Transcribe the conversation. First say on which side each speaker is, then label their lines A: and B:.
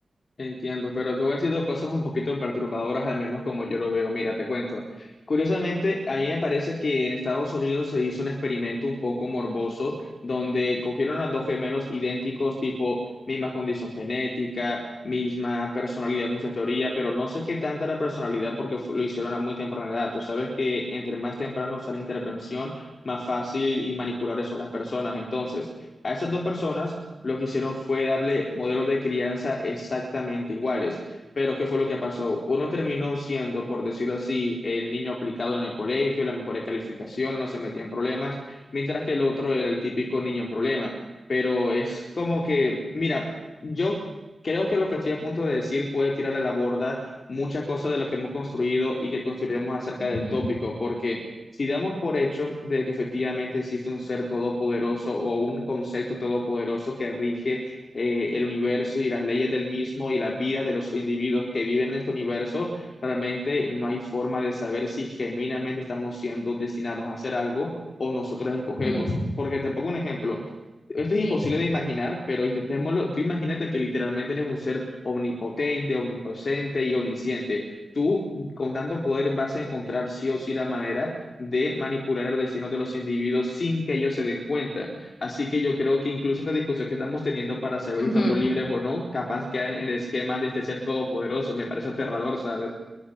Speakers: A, on the left; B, on the left.
A: Entiendo, pero te voy a decir dos cosas un poquito perturbadoras, al menos como yo lo veo. Mira, te cuento. Curiosamente, a mí me parece que en Estados Unidos se hizo un experimento un poco morboso, donde cogieron a dos gemelos idénticos, tipo misma condición genética, misma personalidad, mucha teoría, pero no sé qué tanta la personalidad porque fu- lo hicieron a muy temprana edad. Tú sabes que entre más temprano sea la intervención, más fácil y manipulables son las personas. Entonces, a esas dos personas lo que hicieron fue darle modelos de crianza exactamente iguales. Pero ¿qué fue lo que pasó? Uno terminó siendo, por decirlo así, el niño aplicado en el colegio, la mejor calificación, no se metía en problemas, mientras que el otro era el típico niño en problema. Pero es como que, mira, yo creo que lo que estoy a punto de decir puede tirar a la borda muchas cosas de lo que hemos construido y que construiremos acerca
B: Ujú,
A: del tópico, porque si damos por hecho de que efectivamente existe un ser todopoderoso o un concepto todopoderoso que rige eh, el universo y las leyes del mismo y las vidas de los individuos que viven en este universo, realmente no hay forma de saber si genuinamente estamos siendo destinados a hacer algo o nosotros escogemos.
B: ujú,
A: Porque te pongo un ejemplo. Esto
B: Sí,
A: es imposible de imaginar, pero intentémoslo. Tú imagínate que literalmente eres un ser omnipotente, omnipresente y omnisciente. Tú, con tanto poder, vas a encontrar sí o sí la manera de manipular el destino de los individuos sin que ellos se den cuenta. Así que yo creo que incluso esta discusión que estamos teniendo para saber
B: ujú.
A: si somos libres o no, capaz queda en el esquema de este ser todopoderoso. Me parece aterrador, ¿sabes?